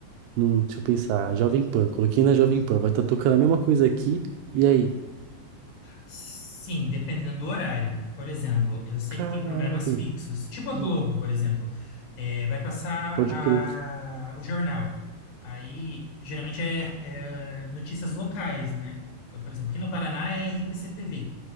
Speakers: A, on the right; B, on the left.
A: num, deixa eu pensar, Jovem Pan, coloquei na Jovem Pan, vai estar tocando a mesma coisa aqui, e aí?
B: Sim, dependendo do horário. Por exemplo, eu sei
A: Caraca,
B: que tem programas fixos, tipo
A: entendi.
B: a Globo, por exemplo. É, vai passar
A: Pode
B: a,
A: crer.
B: o jornal. Aí, geralmente, é, é notícias locais, né? Então, por exemplo, aqui no Paraná é RPC TV.